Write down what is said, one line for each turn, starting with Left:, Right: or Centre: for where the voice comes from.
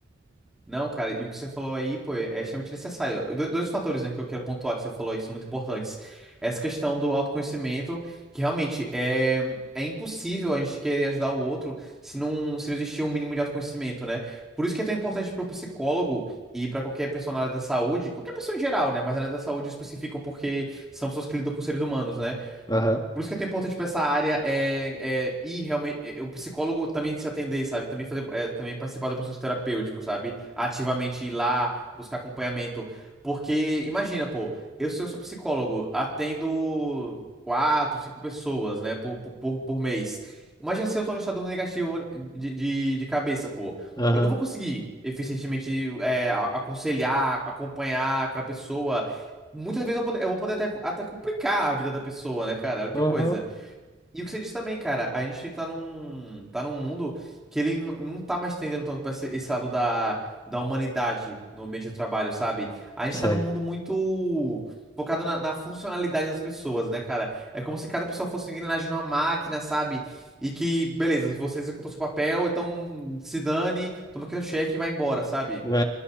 Centre: Não, cara, e o que você falou aí, pô, é é extremamente necessário. do- Dois fatores, né, que eu quero pontuar que você falou aí, que são muito importantes. Essa questão do autoconhecimento, que realmente é, é impossível a gente querer ajudar o outro se não, se não existir um mínimo de autoconhecimento, né? Por isso que é tão importante para o psicólogo e para qualquer pessoa na área da saúde, qualquer pessoa em geral, né, mas na área da saúde eu especifico porque são pessoas que lidam com seres humanos, né?
Left: Aham,
Centre: Por isso que é tão importante pra essa área é, é ir realmente. é, o psicólogo também se atender, sabe? Também fazer, é, também participar do processo terapêutico, sabe? Ativamente ir lá, buscar acompanhamento. Porque, imagina, pô, eu, se eu sou psicólogo, atendo quatro, cinco pessoas, né, por, por, por por mês. Imagina se eu tô no estado negativo de, de, de cabeça, pô.
Left: aham,
Centre: Eu não vou conseguir eficientemente é, a- aconselhar, acompanhar aquela pessoa Muitas vezes eu, vou- eu vou poder até, até complicar a vida da pessoa, né, cara? Olha que
Left: aham,
Centre: coisa. E o que você disse também, cara, a gente tá num, tá num mundo que ele n- não tá mais tendendo tanto pra esse, esse lado da, da humanidade no ambiente de trabalho, sabe? A gente
Left: sei.
Centre: tá num mundo muito focado na, na funcionalidade das pessoas, né, cara? É como se cada pessoa fosse uma engrenagem numa máquina, sabe? E que, beleza, você executou seu papel, então se dane, toma aqui o cheque e vai embora, sabe?
Left: Né?